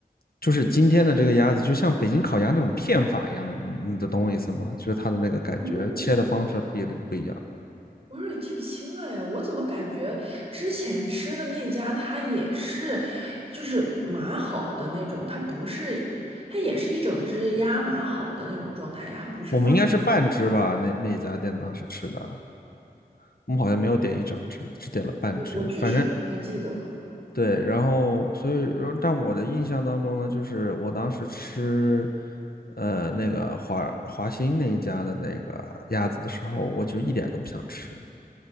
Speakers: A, on the left; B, on the right.
A: 就是今天的这个鸭子，就像北京烤鸭那种片法一样的，你你的懂我意思吗？就是它的那个感觉，
B: 不用是
A: 切的方式不一定不一样。
B: 我有点记不清了呀，我怎么感觉之前吃的那家它也是，就是码好的那种，它不是，它也是一整只鸭码好的那种状态呀，它不是放，
A: 我们应该是半只吧，那那一家店当时吃的，我们好像没有点一整只，只点了半只，
B: 我我确实不太记得了，
A: 反正对，然后所以，但我的印象当中呢，就是我当时吃，呃，那个华华兴那一家的那个鸭子的时候，我就一点都不想吃，